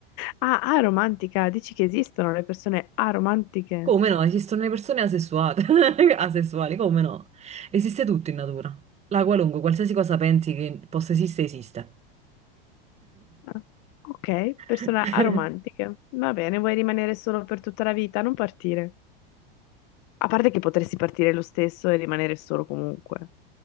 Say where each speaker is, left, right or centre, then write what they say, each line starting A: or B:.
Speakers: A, on the left; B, on the right.
A: Ah, aromantica, dici che esistono le persone aromantiche?
B: Come no? Esistono le persone asessuate, <laughs> asessuali, come no? Esiste tutto in natura. La qualunque, qualsiasi cosa pensi che possa esistere, esiste.
A: Ah, Ok, persone
B: <laughs>
A: aromantiche. Va bene, vuoi rimanere solo per tutta la vita? Non partire. A parte che potresti partire lo stesso e rimanere solo comunque.